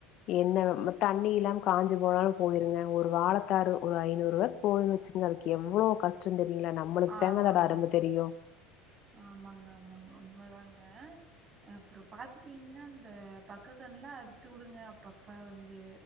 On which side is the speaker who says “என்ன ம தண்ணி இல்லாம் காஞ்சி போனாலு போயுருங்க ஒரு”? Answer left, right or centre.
Left